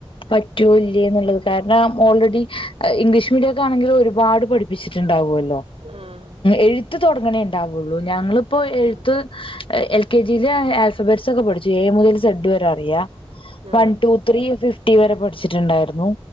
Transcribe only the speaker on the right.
ആഹ്
ആഹ്
ആഹ്